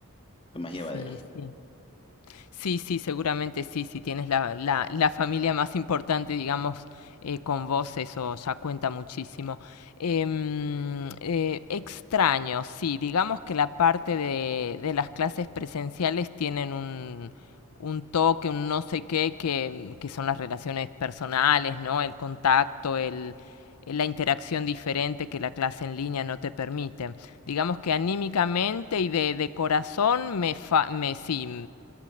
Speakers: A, on the left; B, on the left.
A: fue más llevadero.
B: Sí, sí. Sí, sí, seguramente sí, si tienes la, la, la familia más importante, digamos, eh, con vos, eso ya cuenta muchísimo. Em, eh, extraño, sí, digamos que la parte de, de las clases presenciales tienen un, un toque, un no sé qué, que, que son las relaciones personales, ¿no? El contacto, el, la interacción diferente que la clase en línea no te permite digamos que anímicamente y de, de corazón me, fa- me sí,